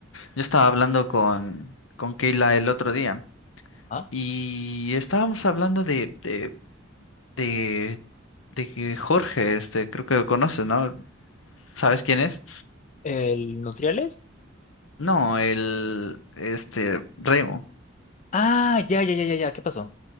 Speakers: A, on the left; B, on the left.
A: Yo estaba hablando con, con Keila el otro día
B: ¿Ah?
A: y estábamos hablando de, de, de, de que Jorge, este, creo que lo conoces, ¿no? ¿Sabes quién es?
B: ¿El Nutriales?
A: No, el, este, Remo.
B: Ah, ya, ya, ya, ya, ya. ¿Qué pasó?